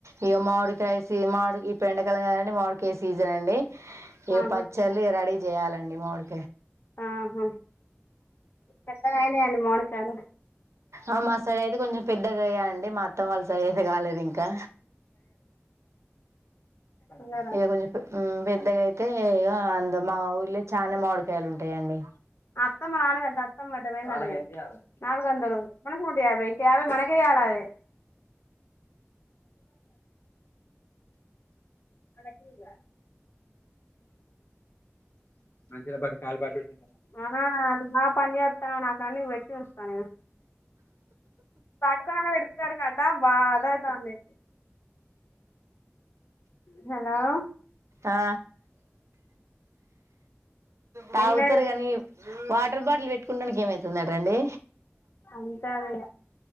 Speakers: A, on the right (about 80°); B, on the left (about 55°).
A: ఇక మామిడికాయసి మామిడికి ఈ పం ఏవండి మామిడికాయ సీజన్ అండి ఇగ
B: ఆహా
A: పచ్చల్లు రడి చేయాలండి మాడి
B: ఆహా పెద్దగాయనయ అండి మామిడికాయలు
A: ఆ మాసాలయకి కొం <unintelligible> చం పెద్ద పెద్దగా అయ్యాయఅండి మా అత్తవాళ్ళ సైడ్ అయితే కాలేదు ఇంకా
B: తినరా
A: ఇక కొంచెం పెద్దగా అయితే ఆ అందు మా ఊళ్ళో చాలా మామిడికాయలు ఉంటాయంండి
B: మెత్తం మా నాన్న కడుతాడు మెత్తం కొట్టాలనే నాలుగు గంటలు మనకు నూట యాభై ఇంకా యాభై మన కే అలాగే వాళ్ళకిరా మైకులొ పాడితే కాలు బాగయితుంది కాల్ల ఆ అది బా <unintelligible> పని జేయతనవ నాకు అని పిలుస్త నేను ఎక్కడన్నా వెడుతుడ కటా బా అదైతాంది. హలో
A: ఆ తాగుతారు
B: ఏం లేదు
A: కాని వాటర్ బాటిల్ పెట్టుకుండానికి ఏమైతుందటండి.
B: అంతేనే